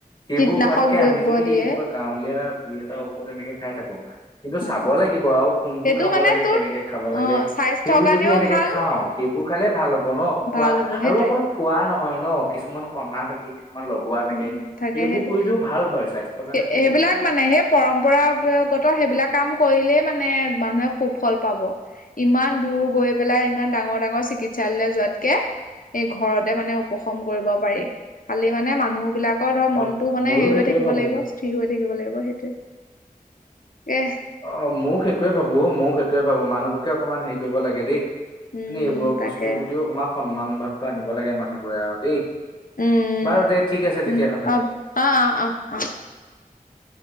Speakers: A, on the left; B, on the left.
A: সেইবোৰ
B: কীটনাশক
A: খোৱাতকে
B: দ্ৰব্য
A: আমি যদি
B: দিয়ে
A: এই এনেকুৱা গাঁৱলীয়া দুই এটা ঔষধ এনেকে খাই থাকো কিন্তু
B: অ
A: চাব লাগিব আও কোনটো
B: সেইটো
A: খাব
B: মানে
A: লাগে
B: তোৰ
A: কেনেকে খাব লাগে,
B: অ স্বাস্থ্যৰ
A: সেইবোৰ
B: কাৰণেও
A: যদি এনেকে
B: ভাল
A: খাঁও, সেইবোৰ খালে ভাল হ'ব ন খোৱা
B: ভাল হ'ব সেইটোৱে
A: আৰু অকল খোৱা নহয় ন কিছুমান সনা থাকে কিছুমান ল লগোৱা, থাকে
B: উ থাকে
A: এইবোৰ
B: সেইটো
A: কৰিলেও ভাল হয়, স্বাস্থ্যৰ কাৰণে
B: সেইবিলাক
A: বহুত ভাল
B: মানে সেই পৰম্পৰাগত সেইবিলাক কাম কৰিলেই মানে মানুহে সুফল পাব ইমান দূৰ গৈ পেলাই ইমান ডাঙৰ, ডাঙৰ চিকিৎসালয়লৈ যোৱাতকে এই ঘৰতে মানে উপশম কৰিব পাৰি খালী মানে মানুহবিলাক আকৌ ধৰ
A: অ
B: মনটো মানে
A: ময়ো
B: হেৰি
A: সেইটোৱে
B: হৈ থাকিব
A: ভাবো
B: লাগিব স্থিৰ হৈ থাকিব লাগিব সেইটোৱে এহ
A: অ' ময়ো সেইটোয়ে ভাবোঁ, ময়ো সেইটোয়ে ভাবোঁ মানুহবোৰকে অকমান হেৰি কৰিব লাগে দেই
B: উম
A: মানে এইবোৰৰ
B: তাকে
A: বস্তুৰ প্ৰতিও অকমান সন্মান ভাৱটো আনিব লাগে মানুহবোৰে আৰু দেই
B: উম
A: বাৰু দে ঠিক আছে
B: উম
A: তেতিয়াহ'লে
B: হ'ব অ অ অ অ